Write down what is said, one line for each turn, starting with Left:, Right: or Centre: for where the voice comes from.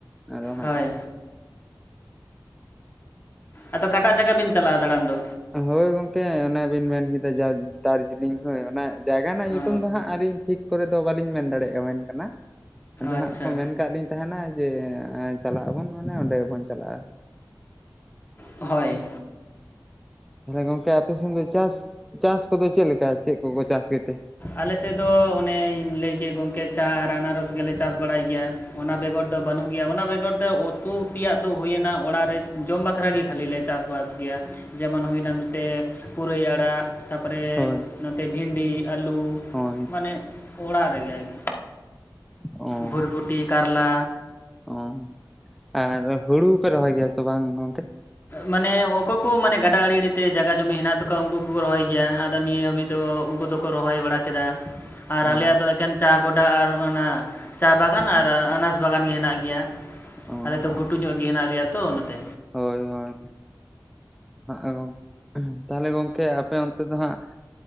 Centre: ᱟᱫᱚ ᱦᱟᱸᱜ
Left: ᱦᱳᱭ ᱟᱫᱚ ᱚᱠᱟᱴᱟᱜ ᱡᱟᱭᱜᱟ ᱵᱮᱱ ᱪᱟᱞᱟᱜᱼᱟ ᱫᱟᱬᱟᱱ ᱫᱚ
Centre: ᱦᱳᱭ ᱜᱚᱝᱠᱮ ᱚᱱᱮᱵᱤᱱ ᱢᱮᱱᱠᱟᱫᱟ ᱫᱟᱨᱡᱤᱞᱤᱝ ᱦᱳᱭ ᱚᱱᱟ ᱡᱟᱭᱜᱟ ᱨᱮᱱᱟᱜ ᱧᱩᱛᱩᱢ
Left: ᱚ
Centre: ᱫᱚ ᱦᱟᱸᱜ ᱟᱹᱞᱤᱧ ᱴᱷᱤᱠ ᱠᱚᱨᱮ ᱫᱚ ᱵᱟᱹᱞᱤᱧ ᱢᱮᱱ ᱫᱟᱲᱮᱭᱟᱜᱼᱟ ᱢᱮᱱ ᱫᱷᱟᱬᱮᱣᱟᱵᱤᱱ ᱠᱟᱱᱟ ᱟᱫᱚ
Left: ᱟᱪᱪᱷᱟ
Centre: ᱦᱟᱸᱜ ᱠᱚ ᱢᱮᱱ ᱠᱟᱜ ᱞᱤᱧ ᱛᱟᱦᱮᱱᱟ ᱡᱮ ᱪᱟᱞᱟᱜ ᱟᱵᱚᱱ ᱢᱟᱱᱮ ᱚᱸᱰᱮ ᱵᱚᱱ ᱪᱟᱞᱟᱜᱼᱟ
Left: ᱦᱳᱭ
Centre: ᱛᱟᱦᱚᱞᱮ ᱜᱚᱝᱠᱮ ᱟᱯᱮ ᱥᱮᱱ ᱫᱚ ᱪᱟᱥ ᱪᱟᱥ ᱠᱚᱫᱚ ᱪᱮᱫᱞᱮᱠᱟ ᱪᱮᱫ ᱠᱚᱠᱚ ᱪᱟᱥ ᱜᱮᱛᱮ
Left: ᱟᱞᱮ ᱥᱮᱫ ᱫᱚ ᱚᱱᱮᱧ ᱞᱟᱹᱭ ᱠᱮᱫ ᱜᱚᱢᱠᱮ ᱪᱟ ᱟᱨ ᱟᱱᱟᱨᱚᱥ ᱜᱮᱞᱮ ᱪᱟᱥ ᱵᱟᱲᱟᱭ ᱜᱮᱭᱟ ᱚᱱᱟ ᱵᱮᱜᱚᱨ ᱫᱚ ᱵᱟᱹᱱᱩᱜ ᱜᱮᱭᱟ ᱚᱱᱟ ᱵᱮᱜᱚᱨ ᱫᱚ ᱩᱛᱩ ᱛᱮᱭᱟᱜ ᱫᱚ ᱦᱩᱭᱱᱟ ᱚᱲᱟᱜ ᱨᱮ ᱡᱚᱢ ᱵᱟᱠᱷᱨᱟ ᱜᱮ ᱠᱷᱟᱹᱞᱤ ᱞᱮ ᱪᱟᱥᱵᱟᱥ ᱜᱮᱭᱟ ᱡᱮᱢᱚᱱ ᱦᱩᱭᱱᱟ ᱱᱚᱛᱮ ᱯᱩᱨᱟᱹᱭ ᱟᱲᱟᱜ ᱛᱟᱯᱚᱨᱮ
Centre: ᱦᱳᱭ
Left: ᱱᱚᱛᱮ ᱵᱷᱤᱱᱰᱤ ᱟᱹᱞᱩ
Centre: ᱦᱳᱭ
Left: ᱢᱟᱱᱮ ᱚᱲᱟᱜ ᱨᱮᱜᱮ ᱟᱨᱠᱤ
Centre: ᱚ
Left: ᱵᱷᱨᱵᱷᱩ ᱴᱤ ᱠᱟᱨᱞᱟ
Centre: ᱚ ᱟᱨ ᱦᱩᱲᱩ ᱯᱮ ᱨᱚᱦᱚᱭ ᱜᱮᱭᱟ ᱛᱚ ᱵᱟᱝ ᱜᱚᱢᱠᱮ
Left: ᱢᱟᱱᱮ ᱚᱠᱚᱭ ᱠᱚ ᱢᱟᱱᱮ ᱜᱟᱰᱟ ᱟᱲᱮ ᱟᱲᱮᱛᱮ ᱡᱟᱜᱟ ᱡᱚᱢᱤ ᱦᱮᱱᱟᱜ ᱛᱟᱠᱚᱣᱟ ᱩᱱᱠᱩ ᱠᱚᱠᱚ ᱨᱚᱦᱚᱭ ᱜᱮᱭᱟ ᱟᱫᱚ ᱱᱤᱭᱟᱹ ᱦᱟᱹᱵᱤᱡ ᱫᱚ ᱩᱱᱠᱩ ᱫᱚᱠᱚ ᱨᱚᱦᱚᱭ ᱵᱟᱲᱟ ᱠᱮᱫᱟ ᱟᱨ
Centre: ᱚ
Left: ᱟᱞᱮᱭᱟᱜ
Centre: ᱚ
Left: ᱫᱚ ᱮᱠᱮᱱ ᱪᱟ ᱜᱚᱰᱟ ᱟᱨ ᱚᱱᱟ ᱪᱟ ᱵᱟᱜᱟᱱ ᱟᱨ ᱟᱱᱟᱨᱚᱥ ᱵᱟᱜᱟᱱ ᱜᱮ ᱦᱮᱱᱟᱜ ᱜᱮᱭᱟ
Centre: ᱚ
Left: ᱟᱞᱮ ᱫᱚ ᱜᱷᱩᱴᱩ ᱧᱚᱜ ᱜᱮ ᱦᱮᱱᱟᱜ ᱞᱮᱭᱟ ᱛᱚ ᱚᱱᱟᱛᱮ
Centre: ᱦᱳᱭ ᱦᱳᱭ ᱟᱫᱚ ᱦᱟᱸᱜ ᱛᱟᱦᱚᱞᱮ ᱜᱚᱢᱠᱮ ᱟᱯᱮ ᱚᱱᱛᱮ ᱫᱚ ᱦᱟᱸᱜ